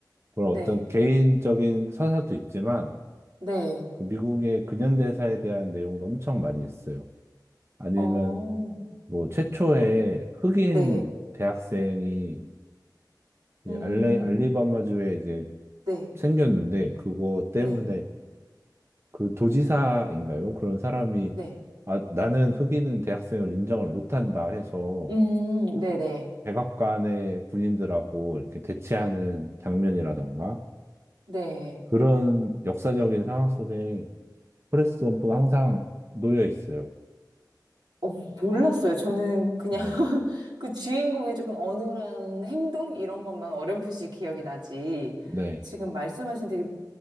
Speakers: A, on the right (about 35°); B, on the right (about 85°).
A: 그런
B: 네.
A: 어떤 개인적인 서사도 있지만,
B: 네.
A: 그 미국의 근현대사에 대한 내용도 엄청 많이 있어요. 아니면,
B: 어,
A: 뭐, 최초의 흑인
B: 네.
A: 대학생이 이제
B: 음,
A: 알리, 알리바마주에 이제
B: 네.
A: 생겼는데, 그거 때문에
B: 네.
A: 그 도지사인가요? 그런 사람이
B: 네.
A: 아, 나는 흑인은 대학생을 인정을 못한다 해서
B: 음, 네네.
A: 백악관의 군인들하고 이렇게 대치하는 장면이라던가
B: 네.
A: 그런 역사적인 상황 속에 포레스트 검프가 항상 놓여 있어요.
B: 어, 몰랐어요. 저는 그냥
A: 네,
B: <laughs> 그 주인공의 조금 어눌한 행동? 이런 것만 어렴풋이 기억이 나지.
A: 네,
B: 지금 말씀하신 되게